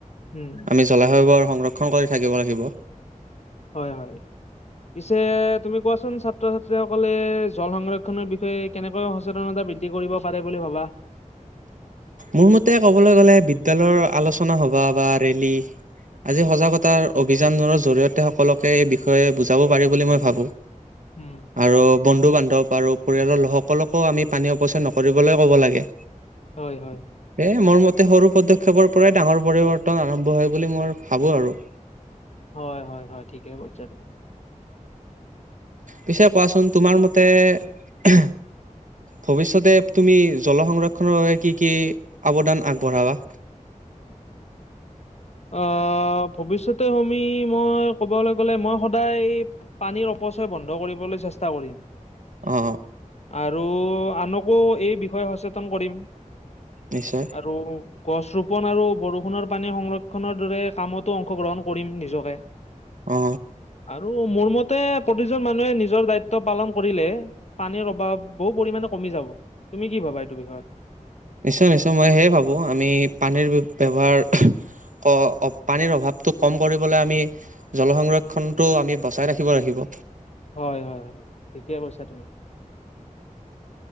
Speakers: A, on the left (about 55°); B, on the right (about 70°).
A: উম
B: আমি জলাশয়বোৰ সংৰক্ষণ কৰি থাকিব লাগিব
A: হয় হয় পিছে তুমি কোৱাচোন ছাত্ৰ ছাত্ৰীসকলে জল সংৰক্ষনৰ বিষয়ে কেনেকৈ সচেতনতা বৃদ্ধি কৰিব পাৰে বুলি ভাবা <inaudible>
B: মোৰ মতে ক'বলৈ গ'লে বিদ্যালয়ৰ আলোচনা সভা বা ৰেলী আজি সজাগতাৰ অভিযানৰ জৰিয়তে সকলোকে এই বিষয়ে বুজাব পাৰি বুলি মই ভাবো
A: উম
B: আৰু বন্ধু বান্ধৱ আৰু পৰিয়ালৰ লোকসকলকো আমি পানী অপচয় নকৰিবলৈ ক'ব লাগে
A: হয় হয়।
B: এ মোৰ মতে সৰু পদক্ষেপৰ পৰাই ডাঙৰ পৰিৱৰ্তন আৰম্ভ হয় বুলি মই ভাবো আৰু-
A: হয় হয় হয় ঠিকে কৈছা তুমি
B: পিছে কোৱাচোন তোমাৰ মতে- ভৱিষ্যতে তুমি জল সংৰক্ষণৰ বাবে কি কি অৱদান আগবঢ়াবা।
A: <inaudible> অ ভৱিষ্যতে মই কব গলে মই সদায় পানীৰ অপচয় বন্ধ কৰিবলে চেষ্টা কৰিম।
B: অ
A: আৰু আনকো এই বিষয়ে সচেতন কৰিম
B: নিশ্চয়
A: আৰু গছ ৰোপন আৰু বৰষুণৰ পানীৰ সংৰক্ষনৰ দৰে কামতো অংশগ্ৰহণ কৰিম নিজকে
B: অ
A: আৰু মোৰ মত তে প্ৰতিজন মানুহে নিজৰ দায়িত্ব পালন কৰিলে পানীৰ অভাৱ বহু পৰিমাণে কমি যাব। তুমি কি ভাবা এইটো বিষয়-
B: নিশ্চয় নিশ্চয় মই সেয়ে ভাবো আমি পানীৰ ব্য ব্যৱহাৰ- পানীৰ অভাৱটো কম কৰিবলৈ আমি জলসংৰক্ষণটো আমি বচাই ৰাখিব লাগিব
A: হয় হয় হয় ঠিকে কৈছা তুমি -